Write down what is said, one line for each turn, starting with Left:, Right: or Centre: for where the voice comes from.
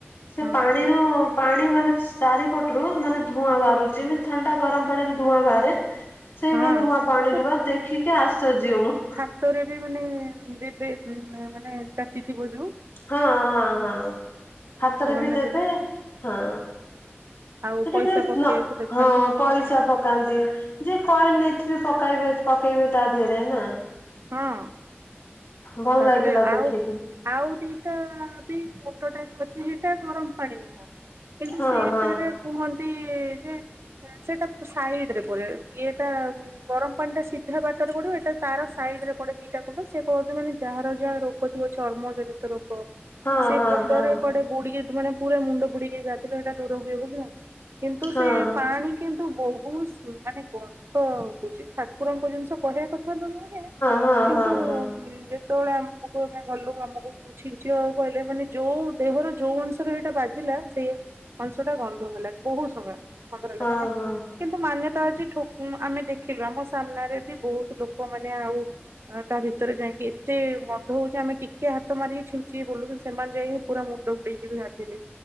Left: ସେ
Right: ହଁ
Left: ପାଣିରୁ
Right: ହଁ
Left: ପାଣି ମାନେ ଚାରିପଟରୁ ମାନେ ଧୂଆଁ ବାହାରୁ ଯେମିତି ଥଣ୍ଡା ଗରମ ପାଣି ରୁ ଧୂଆଁ ବାହାରେ। ସେଇଭଳିଆ
Right: ହଁ
Left: ଧୂଆଁ
Right: ସେଟା
Left: ପାଣିରେ ବା ଦେଖିକି ଆଶର୍ଯ୍ୟ ମୁଁ।
Right: ଭିତରେ ବି ମାନେ ଦେବେ ମାନେ ତାତି ଥିବ ଯୋଉ।
Left: ହଁ ହଁ ହଁ ହାତରେ
Right: ସେମାନେ
Left: ବି ଦେବେ
Right: ଦେ-
Left: ହଁ।
Right: ଆଉ
Left: ସେଠିକ
Right: ପଇସା
Left: <unintelligible>
Right: ପକେଇବାକୁ ଦେଖାନ୍ତି
Left: ହଁ ଅଁ ପଇସା
Right: ହଁ
Left: ପ ପକାନ୍ତି ଯିଏ କରି ନେଇଥିବେ ପକାଇବେ ପକେଇବେ ତା ଦେହେରେ ନା।
Right: ହଁ।
Left: ଭଲ
Right: ତାପରେ
Left: ଲାଗିଲା ଦେଖିକି
Right: ଆଉ ଆଉ ଦିଟା ବି ଗୁଣ୍ଡ ଟାଇପ୍ ର ଅଛି ହେଟା ଗରମ ପାଣି ନୁହଁ। କିନ୍ତୁ
Left: ହଁ
Right: ସେଇଟାରେ
Left: ହଁ
Right: କୁହନ୍ତି ଯେ। ସେଟା ସାଇଡ ରେ ପରେ ଇଏଟା। ଗରମ ପାଣି ଟା ସିଧା ବାଟରେ ପଡିବ ଏଟା ତାର ସାଇଡ ରେ ପଡେ ଦିଟା କୁଣ୍ଡ ସେ <unintelligible> ମାନେ। ଯାହାର ଯାହା ରୋଗ ଥିବ ଚର୍ମ ଜନିତ ରୋଗ
Left: ହଁ
Right: ସେ
Left: ହଁ
Right: କୁଣ୍ଡରେ
Left: ହଁ
Right: କଆଡେ ବୁଡି କି ମାନେ। ପୁରା ମୁଣ୍ଡ ବୁଡେଇକି ଗାଧିଲେ ହେଟା ଦୂର ହୁଏ ବୋଲି ନା କିନ୍ତୁ
Left: ହଁ
Right: ସେଇ ପାଣି କିନ୍ତୁ ବହୁତ ସୁ ମାନେ ଗନ୍ଧ ହଉଛି ଠାକୁରଙ୍କ ଜିନିଷ କହିବା କଥା ନୁହଁ ନ
Left: ହଁ ହଁ
Right: କିନ୍ତୁ
Left: ହଁ ହଁ ହଁ
Right: ଯେତେବେଳେ ଆମକୁ ଆମେ ଗଲୁ ଆମକୁ ଛିଞ୍ଚିବାକୁ କହିଲେ ମାନେ ଯୋଉ ଦେହର ଯୋଉ ଅଂଶରେ ସେଇଟା ବାଜିଲା ସେଇ ଅଂଶ ଟା ଗନ୍ଧ ହେଲା ବହୁତ ସମୟ ଗନ୍ଧ ହେଲା
Left: ହଁ
Right: ମାନେ
Left: ହଁ
Right: କିନ୍ତୁ ମାନ୍ୟତା ଅଛି ଠ ହୁଁ ଆମେ ଦେଖିଲୁ ଆମ ସାମ୍ନାରେ ବି ବହୁତ ଲୋକମାନେ ଆଉ ତା ଭିତରେ ଯାଇଁକି ଏତେ ଗନ୍ଧ ହଉଚି ଆମେ ଟିକେ ହାତ ମାରିକି ଛିଞ୍ଚି ହେଇ ପଡ଼ିଲୁ କିନ୍ତୁ ସେମାନେ ଯାଇକି ପୁରା ମୁଣ୍ଡ ବୁଡେଇକି ବି ଗାଧିଲେ।